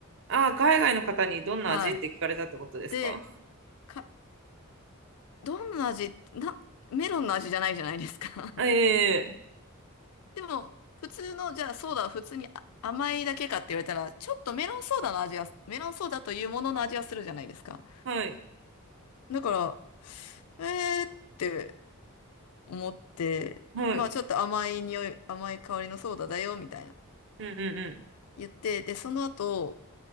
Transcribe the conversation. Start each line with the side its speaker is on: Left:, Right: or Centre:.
Right: あー、海外の方にどんな味って聞かれたってことですかん
Left: はい。で、か、どんな味、な、メロンの味じゃないじゃないですか。
Right: あえ
Left: でも、普通の、じゃあソーダは普通にあ甘いだけかって言われたら、ちょっとメロンソーダの味は、メロンソーダというものの味はするじゃないですか。
Right: ー、はい、
Left: だから、えーって思って、
Right: はい。
Left: まあちょっと甘い匂い、甘い香りのソーダだよ、みたいな
Right: うん、うん、うん。
Left: 言って、で、その後、